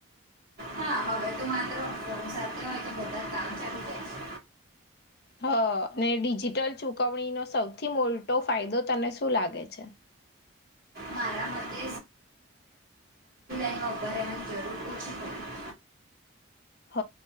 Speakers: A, on the right (about 45°); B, on the left (about 50°).
A: હા હવે તો માત્ર ફોન સાથે હોય તો બધા કામ ચાલુ જાય છે
B: હ ને ડિજિટલ ચુકવણીનો સૌથી મોટો ફાયદો તને શું લાગે છે
A: મારા મતે આ ઉંમરે હવે જરૂર ઓછી પડે છે
B: હ